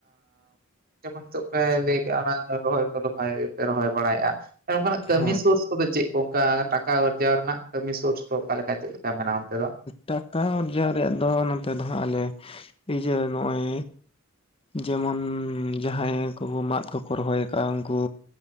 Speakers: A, on the right (about 50°); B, on the left (about 30°).
A: ᱡᱮᱢᱚᱱ ᱱᱤᱛᱚᱜ ᱯᱮ ᱞᱟᱹᱭ ᱠᱼᱟ ᱚᱱᱟ ᱨᱚᱦᱚᱭ ᱠᱚᱫᱚ ᱵᱷᱟᱜᱮ ᱯᱮ ᱨᱚᱦᱚᱭ ᱵᱟᱲᱟᱭᱮᱫᱼᱟ ᱚᱱᱠᱟᱱᱟᱜ ᱠᱟᱹᱢᱤ
B: ᱦᱮᱸ
A: ᱥᱳᱨᱥ ᱠᱚᱫᱚ ᱪᱮᱫ ᱠᱚ ᱚᱱᱠᱟ ᱴᱟᱠᱟ ᱟᱨᱡᱟᱣ ᱨᱮᱱᱟᱜ ᱠᱟᱹᱢᱤ ᱥᱳᱨᱥ ᱠᱚ ᱚᱠᱟᱮ ᱞᱮᱠᱟ ᱪᱮᱫ ᱞᱮᱠᱟ ᱢᱮᱱᱟᱜᱼᱟ ᱚᱱᱛᱮ ᱫᱚ
B: ᱴᱟᱠᱟ ᱟᱨᱡᱟᱨ ᱨᱮᱭᱟᱜ ᱫᱚ ᱱᱚᱛᱮ ᱫᱚ ᱦᱟᱜ ᱟᱞᱮ ᱤᱭᱟᱹ ᱱᱚᱜᱼᱚᱭ ᱡᱮᱢᱚᱱ ᱡᱟᱦᱟᱸᱭ ᱠᱚ ᱢᱟᱫ ᱠᱚᱠᱚ ᱨᱚᱦᱚᱭ ᱟᱠᱟᱫ ᱩᱱᱠᱩ